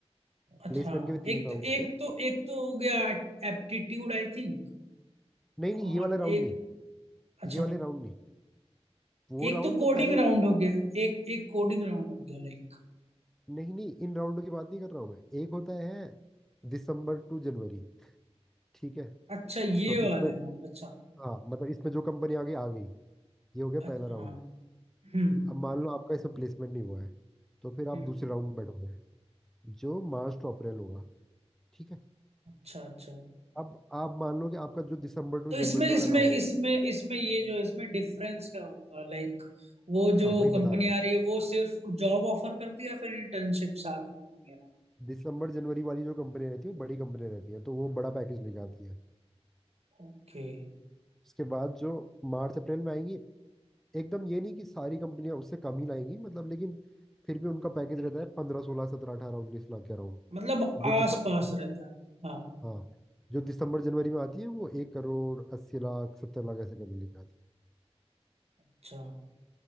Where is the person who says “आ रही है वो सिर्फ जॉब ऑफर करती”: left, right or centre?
Right